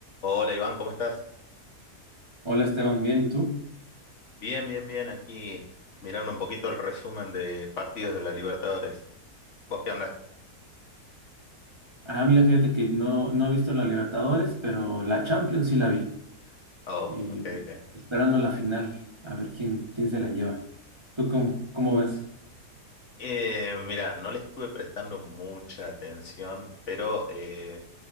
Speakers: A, on the left (about 50°); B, on the right (about 15°).
A: Hola Iván, ¿cómo estás?
B: Hola Esteban, bien, ¿y tú?
A: Bien, bien, bien. Aquí mirando un poquito el resumen de partidos de la Libertadores. ¿Vos qué andás?
B: Ah, mira, fíjate que no, no he visto la Libertadores, pero la Champions sí la vi.
A: Oh,
B: Y
A: ok, ok.
B: esperando la final, a ver quién, quién se la lleva. ¿Tú cómo, cómo ves?
A: Eh, mira, no le estuve prestando mucha atención, pero eh,